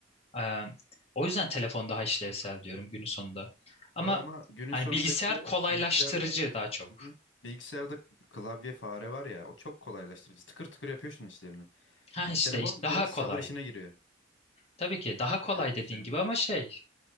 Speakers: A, on the left; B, on the left.
A: Ee, o yüzden telefon daha işlevsel diyorum günün sonunda. Ama
B: Valla ama günün
A: hani
B: sonunda
A: bilgisayar
B: işte
A: kolaylaştırıcı
B: bilgisayarda
A: daha çok.
B: Hı hı. bilgisayarda klavye fare var ya o çok kolaylaştırıcı. Tıkır tıkır yapıyorsun işlerini.
A: Ha
B: Hani
A: işte
B: telefon
A: işte daha
B: biraz sabır
A: kolay.
B: işine giriyor.
A: Tabii ki daha kolay
B: Telefonu
A: dediğin
B: sevmek.
A: gibi ama şey